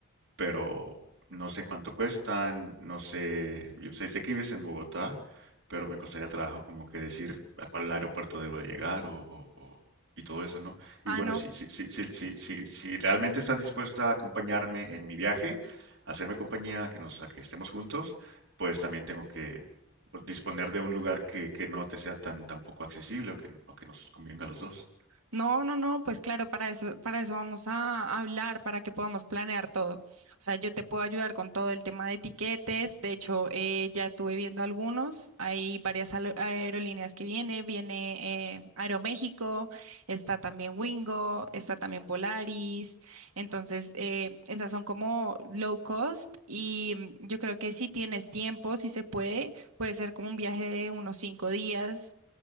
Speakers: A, on the right; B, on the right.
A: pero no sé cuánto cuestan, no sé, yo sé, sé que vives en Bogotá, pero me costaría trabajo como que decir a cuál aeropuerto debo de llegar o, o- o- y todo eso, ¿no? Y
B: Ah,
A: bueno,
B: no,
A: si, si, si, si, si, si- si realmente estás dispuesta a acompañarme en mi viaje, a hacerme compañía, a que nos, a que estemos juntos, pues también tengo que pues, disponer de un lugar que, que no te sea tan, tan poco accesible o que, o que nos convenga a los dos.
B: No, no, no, pues claro, para eso, para eso vamos a hablar, para que podamos planear todo. O sea, yo te puedo ayudar con todo el tema de etiquetes. De hecho, eh, ya estuve viendo algunos. Hay varias alo- aerolíneas que viene. Viene eh, Aeroméxico, está también Wingo, está también Volaris. Entonces, eh, esas son como low cost y mm, yo creo que si tienes tiempo, si se puede, puede ser como un viaje de unos cinco días